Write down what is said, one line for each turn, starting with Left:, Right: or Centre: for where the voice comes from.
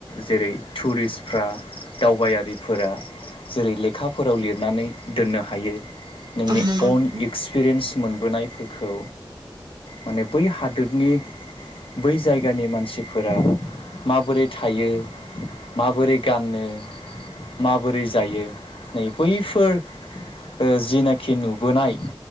Left: जेरै टुरिस्टफ्रा दावबायारिफोरा जेरै लेखाफोराव लिरनानै दोननो हायो नोंनि
Right: औ नंगौ
Left: अन
Right: नोंथां
Left: एक्सपिरियेन्स मोनबोनायफोरखौ माने बै हादोरनि बै जायगानि मानसिफोरा माबोरै थायो माबोरै गानो माबोरै जायो नै बैफोर ओ जिनाखि नुबोनाय